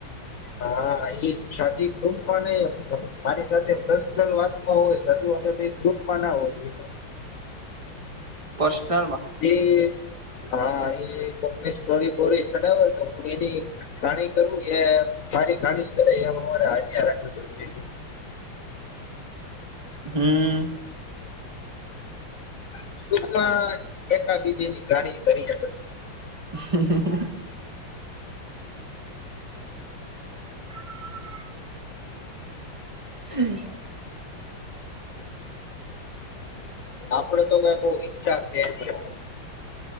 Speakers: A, on the left (about 65°); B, on the right (about 20°).
A: હા એ શાદી ગમ પાને મારી સાથેન પર્શનલ વાતમાં હોય બધી વખતે ગ્રુપમાં ના હોય
B: પર્સનલમાં.
A: એ હા એ કોક સોરી બોરી સડાવે તો હું એની કણી કરું એ મારી કાણી કર એમ અરે હાજ હજ
B: હમ
A: ટૂકમાં એકાબીજની ઘાણી કરી.
B: હ હ હ
A: આપડે તો ગ બહ ઈચ્છા છે એની.